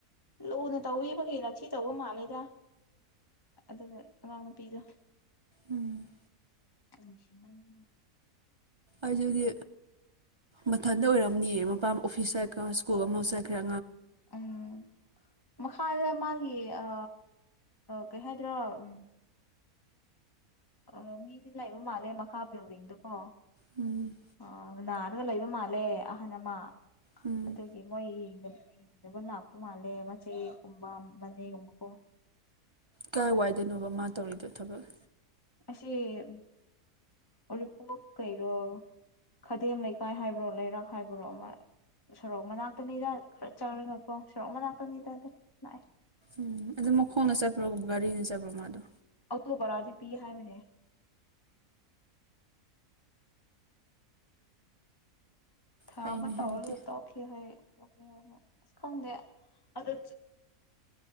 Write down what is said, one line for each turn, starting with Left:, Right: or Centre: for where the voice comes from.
Left: ꯂꯨꯅ ꯇꯧꯕꯕꯒꯤ ꯅꯛꯊ ꯇꯧꯕ ꯃꯥꯜꯂꯦꯗ ꯑꯗꯨꯅ ꯑꯉꯥꯡ ꯅꯨꯄꯤꯗꯣ
Right: ꯎꯝ
Left: ꯀꯁꯤꯃꯗꯅꯦ
Right: ꯑꯗꯨꯗꯤ ꯃꯊꯟꯇ ꯑꯣꯏꯔꯝꯅꯤꯌꯦ ꯃꯄꯥ ꯑꯣꯐꯤꯁ ꯆꯠ꯭ꯔ ꯁ꯭ꯀꯨꯜ ꯑꯃ ꯆꯠꯈ꯭ꯔ
Left: ꯎꯝ ꯃꯈꯥꯗ ꯃꯥꯒꯤ ꯑ ꯀꯩ ꯍꯥꯏꯥꯏꯗ꯭ꯔꯣ ꯎ ꯑ ꯃꯤꯗꯤ ꯂꯩꯕ ꯃꯥꯜꯂꯦ ꯃꯈꯥꯕꯌꯣꯔꯤꯡꯗꯨ ꯀꯣ
Right: ꯎꯝ
Left: ꯑꯟꯅꯔꯗ ꯂꯩ ꯂꯩꯕ ꯃꯂꯦ ꯑꯍꯅꯃ
Right: ꯎꯝ
Left: ꯑꯗꯨꯗꯒꯤ ꯃꯣꯏ ꯏ ꯃꯣ ꯑꯄ ꯃꯥ ꯂꯩꯦ ꯃꯥ ꯆ ꯀꯨꯝꯕꯝꯕꯅꯤꯦ ꯀꯨꯝꯃꯀ
Right: ꯀꯥꯏ ꯋꯥꯏꯗꯅꯣꯕ ꯃꯥ ꯇꯧꯔꯤꯗꯣ ꯊꯕꯛ
Left: ꯑꯁꯤ ꯎ ꯎꯔꯤꯄꯣꯛ ꯀꯔꯣ ꯈꯗꯦꯝ ꯂꯩꯀꯥꯏ ꯍꯥꯏꯕ꯭ꯔꯣ ꯂꯩꯔꯛ ꯍꯥꯏꯕ꯭ꯔꯣ ꯑꯃ ꯁꯣꯔꯣꯛ ꯃꯅꯥꯛꯇꯅꯤꯗ ꯈꯔ ꯆꯪꯉꯒꯀꯣ ꯁꯣꯔꯣꯛ ꯃꯅꯥꯛꯇꯅꯤꯗ ꯑꯗꯨꯝ ꯂꯥꯛꯑ
Right: ꯎꯝ ꯑꯗꯨ ꯃꯈꯣꯡꯅ ꯆꯠꯄ꯭ꯔꯣꯒꯨꯝꯕ ꯒꯥꯔꯤꯅ ꯆꯠꯄ꯭ꯔꯣ ꯃꯥꯗꯣ
Left: ꯑꯣꯇꯣꯕꯔꯥꯗꯤ ꯄꯤ ꯍꯥꯏ ꯃꯅꯦ ꯊ
Right: ꯐꯩꯅꯦ
Left: ꯃ ꯇꯔ
Right: ꯑꯗꯨꯗꯤ
Left: ꯂꯩꯠꯇꯣ ꯀꯌꯥ ꯀ ꯑꯁ ꯈꯪꯗꯦ ꯑꯗ ꯆ